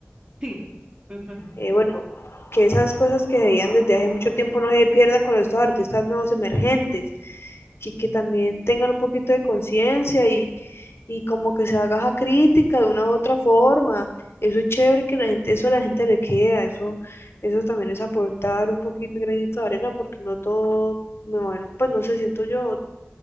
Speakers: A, on the right; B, on the left.
A: Sí, Pink Floyd.
B: Eh, bueno, que esas cosas que se veían desde hace mucho tiempo no se pierdan con estos artistas nuevos emergentes, que, que también tengan un poquito de conciencia y, y como que se haga esa crítica de una u otra forma. Eso es chévere que la gente, eso a la gente le queda, eso, eso también es aportar un poquito un granito de arena porque no todo, me bueno, pues no se sé, siento yo,